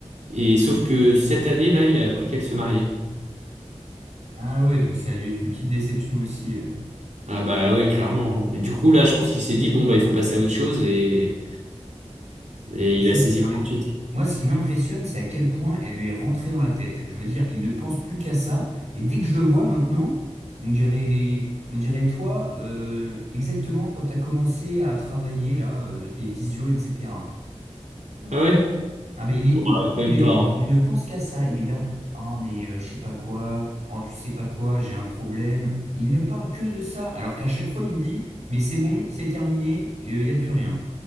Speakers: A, on the right; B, on the right.
A: Et sauf que cette année, là, il a appris qu'elle se mariait.
B: ah ouais, donc ça a dû être une petite déception aussi.
A: Ah bah ouais, clairement. hein. Et du coup, là, je pense qu'il s'est dit, bon, bah, il faut passer à autre chose, et, et
B: Mais c'est-
A: il a saisi
B: ouais.
A: l'opportunité.
B: Moi, ce qui m'impressionne, c'est à quel point elle lui est rentrée dans la tête. Je veux dire, il ne pense plus qu'à ça. Et dès que je le vois maintenant, on dirait, on dirait toi, euh, exactement quand tu as commencé à travailler là, euh, tes visios, etc.
A: Ah ouais?
B: Ah ben il est
A: Bon,
B: obnubilé,
A: bah, quand même pas. hein.
B: il ne pense qu'à ça, il est là, ah mais euh, je sais pas quoi, oh tu sais pas quoi, j'ai un problème. Il ne parle que de ça, alors qu'à chaque fois il me dit, mais c'est bon, c'est terminé, il n'y a plus rien.